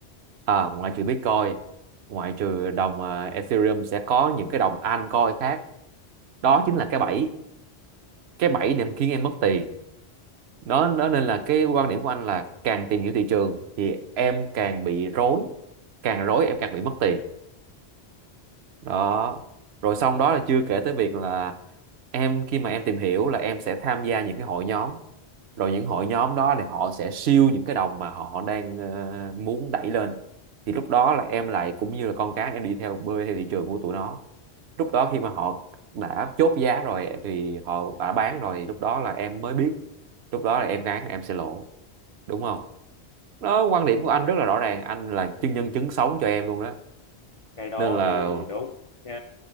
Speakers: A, on the right; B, on the left.
A: à, ngoại trừ Bitcoin ngoại trừ đồng à, Ethereum sẽ có những cái đồng altcoin khác đó chính là cái bẫy cái bẫy để khiến em mất tiền đó, đó nên là cái quan điểm của anh là càng tìm hiểu thị trường thì em càng bị rối càng rối em càng bị mất tiền đó rồi xong đó là chưa kể tới việc là em khi mà em tìm hiểu là em sẽ tham gia những cái hội nhóm rồi những hội nhóm đó thì họ sẽ siêu những cái đồng mà họ đang ờ, muốn đẩy lên thì lúc đó là em lại cũng như là con cá em đi theo bơi theo thị trường của tụi nó lúc đó khi mà họ đã chốt giá rồi thì họ đã bán rồi lúc đó là em mới biết lúc đó là em gán em sẽ lỗ đúng không đó quan điểm của anh rất là rõ ràng anh là chứng nhân chứng sống cho em luôn đó
B: cái đó
A: nên là
B: thì đúng Ờ,